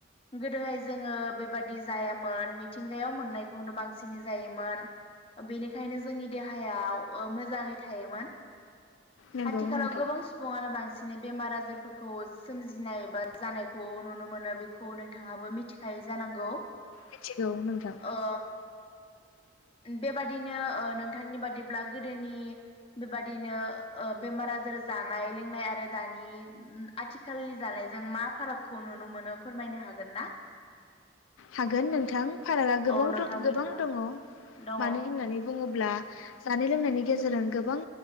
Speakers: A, on the left; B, on the left.
A: गोदोहाय जोङो बेबादि जायामोन मिथिंगायाव मोननायखौनो बांसिनै जायोमोन ओ बेनिखायनो जोंनि देहायाव ओ मो जाङै थायोमोन
B: नंगौ
A: आथिखालाव
B: नोंथां
A: गोबां सुबुङानो बांसि सिनि बेमार आजारफोरखौ सोमजिनाय एबा जानायखौ नुनो मोनो बेखौ नोंथाङाबो मिथिखायो जानांगौ
B: मिथिगौ नोंथां
A: ओ बेबादिनो ओ नोंथांनि बादिब्ला गोदो नि बेबादिनो ओ बेमार आजार जानाय लोंनाय आरो दानि आथिखालनि जानायजों मा फारागखौ नुनो मोनो फोरमायनो हागोन ना
B: हागोन नोंथां फारागा गोबावथ
A: औ नोंथां बिदिब्ला
B: गोबां दङ
A: दङ
B: मानो होननानै बुङोब्ला जानाय लोंनायनि गेजेरजों गोबां